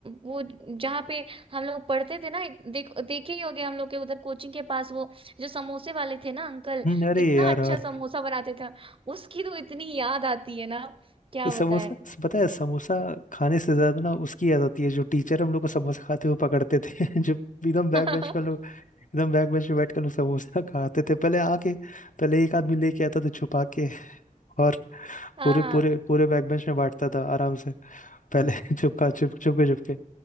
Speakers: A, on the right; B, on the left.
A: वो जहाँ पे हम लोग पढ़ते थे ना देख देखे ही होगे हम लोग के उधर कोचिंग के पास वो जो समोसे वाले थे ना अंकल
B: हम्म, अरे यार
A: इतना अच्छा
B: यार
A: समोसा बनाते थे उसकी तो इतनी याद आती है ना क्या
B: समोसा
A: बताए
B: पता है समोसा खाने से ज्यादा ना उसकी याद आती है जो टीचर हम लोग को समोसा खाते हुए पकड़ते थे <laughs> जो एकदम
A: <laughs>
B: बैक
A: हाँ
B: बेंच पर लोग एकदम बैक बेंच पे बैठ कर लोग समोसा <laughs> खाते थे पहले आके पहले एक आदमी लेके आता था छुपा के और
A: हाँ
B: पूरे पूरे पूरे बैक बेंच में बांटता था आराम से पहले <laughs> चुपका चुप चुप के चुप के